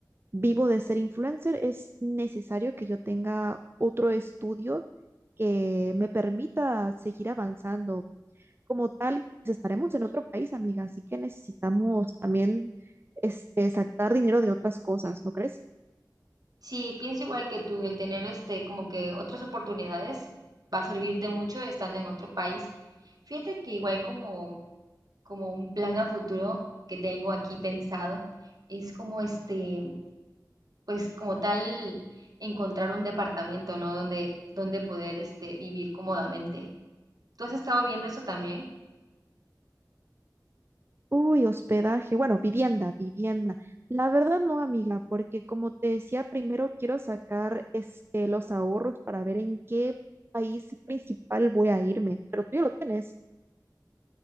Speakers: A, on the right; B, on the right.
A: vivo de ser influencer, es necesario que yo tenga otro estudio que me permita seguir avanzando como tal, pues, estaremos en otro país, amiga, así que necesitamos también este, sacar dinero de otras cosas, ¿no crees?
B: Sí, pienso igual que tú, el tener este como que otras oportunidades va a servir de mucho estando en otro país. Fíjate que igual como como un plan a futuro que tengo aquí pensado es como este, pues como tal encontrar un departamento, ¿no? Donde donde poder este vivir cómodamente. ¿Tú has estado viendo eso también?
A: Uy, hospedaje, bueno, vivienda, vivienda. La verdad no, amiga, porque como te decía, primero quiero sacar este, los ahorros para ver en qué país principal voy a irme, pero tú ya lo tienes.